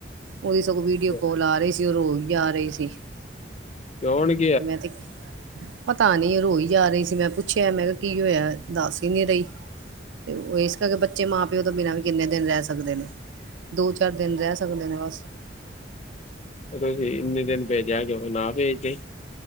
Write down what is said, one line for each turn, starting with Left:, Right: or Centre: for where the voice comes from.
Right: ਉਹਦੀ ਸਗੋਂ
Left: ਅੱਛਾ
Right: ਵੀਡੀਓ ਕੋਲ ਆ ਰਹੀ ਸੀ। ਤੇ ਓ ਰੋਈ ਜਾ ਰਹੀ ਸੀ।
Left: <unintelligible>
Right: ਮੈਂ ਤੇ ਪਤਾ ਨੀ ਰੋਈ ਜਾ ਰਹੀ ਸੀ, ਮੈਂ ਪੁੱਛਿਆ ਮੈਂ ਕਿਆ ਕੀ ਹੋਇਆ ਦੱਸ ਹੀ ਨੀ ਰਹੀ। ਤੇ ਓ ਇਸ ਕਰਕੇ ਬੱਚੇ ਮਾਂ ਪਿਓ ਤੋਂ ਬਿਨਾਂ ਵੀ ਕਿੰਨੇ ਦਿਨ ਰਹ ਸਕਦੇ ਨੇ। ਦੋ, ਚਾਰ ਦਿਨ ਰਹ ਸਕਦੇ ਨੇ ਬਸ।
Left: ਤੁਸੀਂ ਇੰਨੇ ਦਿਨ ਭੇਜਿਆ ਕਿਉ? ਨਾ ਭੇਜਦੇ।